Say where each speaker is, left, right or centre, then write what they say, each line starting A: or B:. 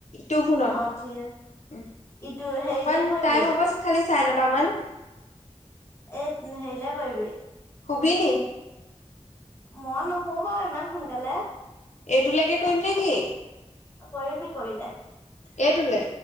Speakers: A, on the left; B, on the left.
A: তোৰ ফোনত।
B: অ ঠিক ইটো হেৰিলে
A: অকন
B: কৰিবি
A: টাইম হ'ব খালি চাৰে নটা মান।
B: এই হেৰিলে কৰিবি
A: শু-শুবি নি?
B: মই নপৰো বাৰু ইমান সোনকালে।
A: এইটোলৈকে কৰিম নেকি?
B: কৰিবি কৰিলে।
A: এইটোলে।